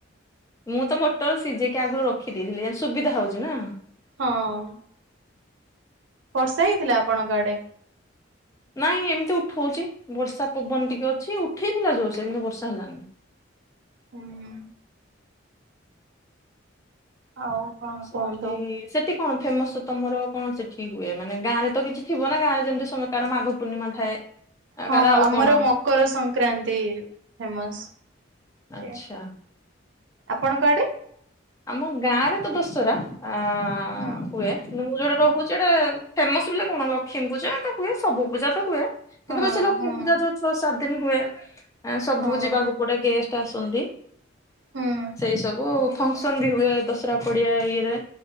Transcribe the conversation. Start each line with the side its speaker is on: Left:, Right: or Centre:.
Left: ମୁଁ ତ ମଟର ସିଜେଇକି ଆଗରୁ ରଖିଦେଇଥିଲି। ଏଁ ସୁବିଧା ହଉଚି ନା।
Right: ହଁ। ବର୍ଷା ହେଇଥିଲା ଆପଣଙ୍କ ଆଡେ?
Left: ନାଇଁ ଏମିତି ଉଠୋଉଚି। ବର୍ଷା ପବନ ଟିକେ ଅଛି। ଉଠେଇଥିଲା ଜୋରସେ କିନ୍ତୁ ବର୍ଷା ହେଲାନି।
Right: ହୁଁ-ହୁଁ। ଆଉ କଣ
Left: ସେଠି ସେଟ
Right: କୁହନ୍ତୁ
Left: ସେଟି କଣ ଫେମସ ତମର କଣ ସେଠି ହୁଏ, ମାନେ ଗାଁରେ ତ କିଛି ଥିବ ନା ଗାଁ ରେ ଯେମିତି ସମକାର ମାଘ ପୂର୍ଣ୍ଣିମା ଥାଏ?
Right: ହଁ
Left: କାର ଆଉ
Right: ଆମର
Left: କଣ
Right: ମକର ସଂକ୍ରାନ୍ତି ଫେମସ। ସେୟା
Left: ଆଚ୍ଛା
Right: ଆପଣଙ୍କ ଆଡେ?
Left: ଆମ ଗାଁ ରେ ତ ଦଶରା ଆଁ
Right: ହୁଁ।
Left: ହୁଏ। କିନ୍ତୁ ମୁଁ ଯୋଉଟି ରହୁଚି ଏଠେ ଫେମସ ବୋଲେ କଣ ଲକ୍ଷ୍ମୀ ପୂଜା ଏକା ହୁଏ। ସବୁ ପୂଜା ତ ହୁଏ। କିନ୍ତୁ
Right: ହଁ
Left: ବା ସେ ଲକ୍ଷ୍ମୀ
Right: ହଁ
Left: ପୂଜା ଯୋଉ ଛଅ ସାତ ଦିନ ହୁଏ ଆଁ ସବୁ
Right: ହଁ
Left: ଯିବାକୁ ପଡେ। ଗେଷ୍ଟ ଟା ଆସନ୍ତି
Right: ହୁଁ
Left: ସେଇ ସବୁ ଫଙ୍କସନ ବି ହୁଏ ଦଶରା ପଡିଆ ଇଏରେ।